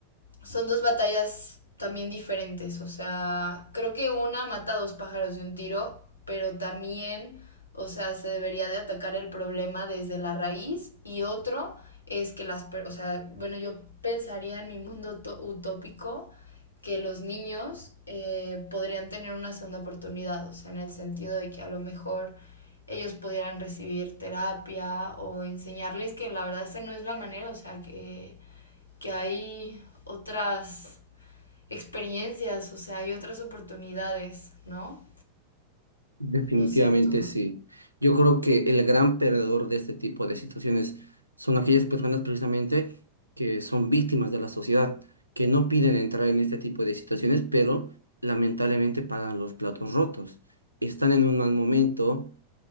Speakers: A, on the left; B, on the right.
A: son dos batallas también diferentes. O sea, creo que una mata a dos pájaros de un tiro, pero también, o sea, se debería de atacar el problema desde la raíz. Y otro es que las, per- o sea, bueno, yo pensaría en mi mundo utópico que los niños eh, podrían tener una segunda oportunidad, o sea, en el sentido de que a lo mejor ellos pudieran recibir terapia o enseñarles que la verdad esta no es la manera, o sea, que que hay otras experiencias, o sea, hay otras oportunidades, ¿no?
B: Definitivamente
A: No sé tú.
B: sí. Yo creo que el gran perdedor de este tipo de situaciones son aquellas personas precisamente que son víctimas de la sociedad, que no piden entrar en este tipo de situaciones, pero lamentablemente pagan los platos rotos. Están en un mal momento,